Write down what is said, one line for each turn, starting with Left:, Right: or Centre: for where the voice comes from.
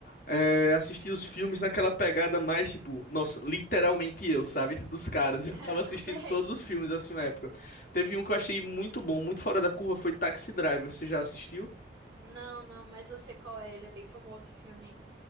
Left: é, assistir os filmes naquela pegada mais, tipo, nossa, literalmente eu, sabe? Dos caras.
Right: <laughs>
Left: <laughs> Eu tava assistindo
Right: Sei.
Left: todos os filmes assim na época. Teve um que eu achei muito bom, muito fora da curva, foi Taxi Driver. Você já assistiu?
Right: Não, não, mas eu sei qual é. Ele é bem famoso esse filme.